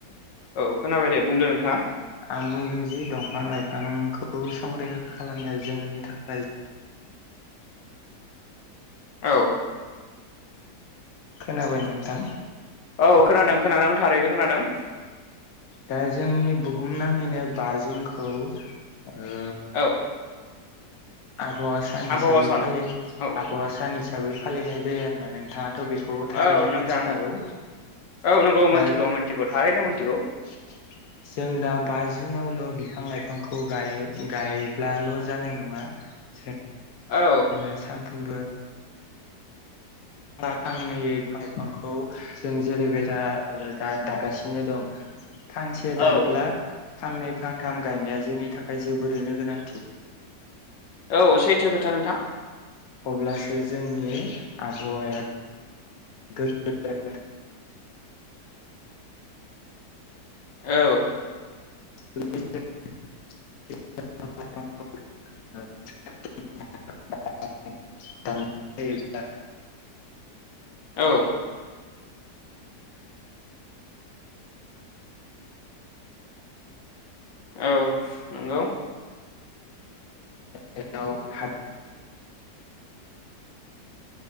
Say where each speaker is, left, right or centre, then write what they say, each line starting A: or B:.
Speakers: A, on the left; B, on the left.
A: औ खोनाबाय दे बुंदो नोंथाङा
B: आं बुंदों जि दंफां लाइफांखौ संरैखा खालामनाया जोंनि थाखाय
A: औ
B: खोनाबाय नोंथां
A: औ खोनादों खोनादों थारैनो खोनादों
B: दा जोंनि बुहुम नाङैनो बा जुनखौ ओ
A: औ
B: आबहावा सान
A: आबहावा
B: हिसाबै
A: सान
B: फालि
A: औ
B: आबहावा सान हिसाबै फालिनाय जायो आरोना नोंथाङाथ' बेखौ
A: औ
B: थारैनो
A: नोंथां
B: मिथिखागौ
A: नोंथां औ नंगौ मोनथिगौ
B: दा <unintelligible>
A: मोनथिगौ थारैनो मोनथिगौ
B: जों दा बाजुनावल' बिफां लाइफांखौ गाय गायब्लाल' जानाय नङा <unintelligible>
A: औ
B: जोङो सानफ्रोमबो फांफा फांनैै बिफां लाइफांखौ जों जेरैबायदा दा दागासिनो दं फांसे दानब्ला
A: औ
B: फांनै फांथाम गायनाया जोंनि थाखाय जोबोरैनो गोनांथि
A: औ सैथो खोथा नोंथां
B: अब्लासो जोंनि आबहावाया गोगो
A: औ
B: <unintelligible> <unintelligible>
A: औ औ नंगौ
B: बेयाव हाय